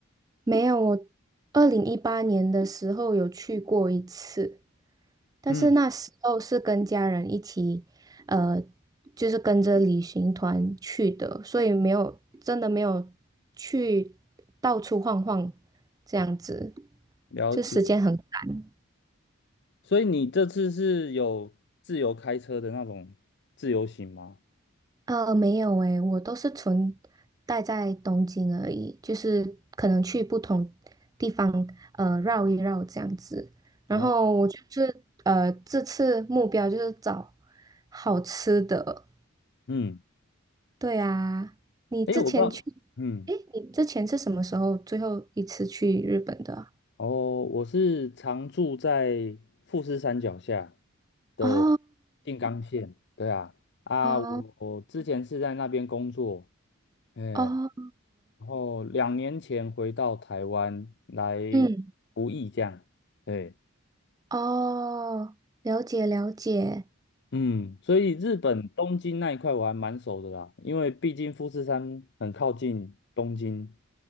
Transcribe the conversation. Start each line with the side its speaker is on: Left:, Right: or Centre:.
Right: 没有。我二零一八年的时候有去过一次，但是那时候是跟家人一起，
Left: 嗯，
Right: 呃，就是跟着旅行团去的，所以没有真的没有去到处晃晃这样子，
Left: 了解。
Right: 就时间很赶。
Left: 所以你这次是有自由开车的那种自由行吗？
Right: 呃，没有诶，我都是纯待在东京而已，就是可能去不同地方呃绕一绕这样子。然后我就是呃这次目标就是找
Left: 哦，
Right: 好吃的。
Left: 嗯，
Right: 对啊，你之前去，
Left: 诶，我不知道，嗯，
Right: 诶，你之前是什么时候最后一次去日本的啊？
Left: 哦，我是常住在富士山脚下的静冈县，
Right: 哦
Left: 对啊，啊，
Right: 哦
Left: 我我之前是在那边工作，嗯，
Right: 哦，
Left: 然后两年前回到台湾来
Right: 嗯，
Left: 服役这样，对。
Right: 哦，了解了解。
Left: 嗯，所以日本东京那一块我还蛮熟的啦，因为毕竟富士山很靠近东京，